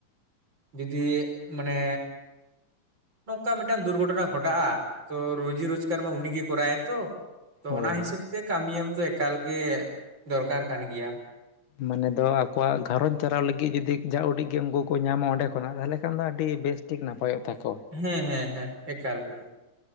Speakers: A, on the right (about 35°); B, on the left (about 80°).
A: ᱡᱩᱫᱤ ᱢᱟᱱᱮ ᱱᱚᱝᱠᱟ ᱢᱤᱫᱴᱟᱝ ᱫᱩᱨᱜᱷᱚᱴᱚᱱᱟ ᱜᱷᱚᱴᱟᱜᱼᱟ ᱛᱚ ᱨᱩᱡᱤ ᱨᱳᱡᱽᱜᱟᱨ ᱢᱟ ᱩᱱᱤᱜᱮ ᱠᱚᱨᱟᱭᱟᱭ ᱛᱚ ᱛᱚ
B: ᱦᱳᱭ
A: ᱚᱱᱟ ᱦᱤᱥᱟᱹᱵᱽ ᱛᱮ ᱠᱟᱹᱢᱤ ᱮᱢᱫᱚ ᱮᱠᱟᱞ ᱜᱮ ᱫᱚᱨᱠᱟᱨ ᱠᱟᱱ ᱜᱮᱭᱟ
B: ᱢᱟᱱᱮ ᱫᱚ ᱟᱠᱚᱣᱟᱜ ᱜᱷᱟᱨᱚᱸᱡᱽ ᱪᱟᱨᱟᱣ ᱞᱟᱹᱜᱤᱫ ᱡᱩᱫᱤ ᱡᱟ ᱩᱰᱤᱡ ᱜᱮ ᱩᱱᱠᱩ ᱠᱚ ᱧᱟᱢᱟ ᱚᱸᱰᱮ ᱠᱷᱚᱱᱟᱜ ᱛᱟᱦᱚᱞᱮ ᱠᱷᱟᱱ ᱫᱚ ᱟᱹᱰᱤ ᱵᱮᱥ ᱴᱷᱤᱠ ᱱᱟᱯᱟᱭᱚᱜ ᱛᱟᱠᱚ
A: ᱦᱮᱸ ᱦᱮᱸ ᱦᱮᱸ ᱮᱠᱟᱞ ᱜᱮ